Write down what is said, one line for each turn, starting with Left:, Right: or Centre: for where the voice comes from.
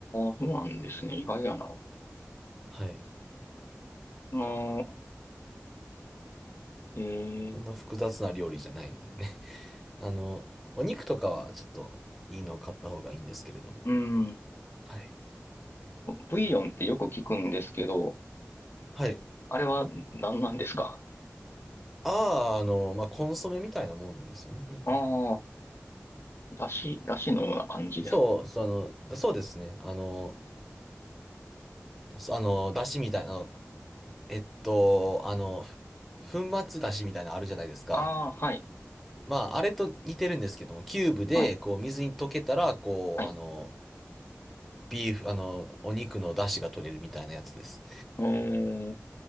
Left: あそうなんですね。意外やな。あ
Centre: はい。
Left: の、ええ
Centre: そんな複雑な料理じゃないのでね。<laughs> あの、お肉とかはちょっといいのを買った方がいいんですけれども。
Left: うん。
Centre: はい。
Left: ブイヨンってよく聞くんですけど、
Centre: はい。
Left: あれは何なんですか
Centre: ああ、あの、まあコンソメみたいなもんですよね。
Left: <laughs> ああだし、だしのような感じですか
Centre: そう、その、だそうですね。あの、そあの、だしみたいな、えっと、あの、ふ粉末だしみたいなのあるじゃないですか。
Left: ああはい、
Centre: まあ、あれと似てるんですけども、キューブで、
Left: はい、
Centre: こう、水に溶けたら、こう、
Left: はい。
Centre: あの、ビーフ、あの、お肉の出汁が取れるみたいなやつです。
Left: ええ